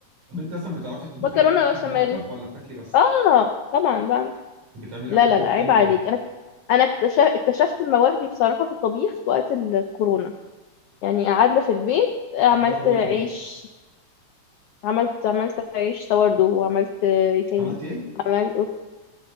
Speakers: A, on the right; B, on the left.
A: طب انت اصلا بتعرفي
B: <laughs>
A: تطبخي
B: مكرونه
A: يعني ليكي
B: بشاميل
A: في المطبخ ولا بتاكلي بس
B: اه طبعا بقى
A: بتعملي
B: لا
A: اكتر
B: لا
A: حاجه
B: لا عيب
A: حلوه
B: عليك
A: ايه
B: انا انا اكتش- اكتشفت مواهبي بصراحه في الطبيخ وقت الكورونا يعني قعدنا في البيت عملت
A: الفراغ وحش
B: عيش
A: بقى
B: عملت عملت عيش دو وعملت آه، ايه تاني
A: عملتي ايه
B: عملت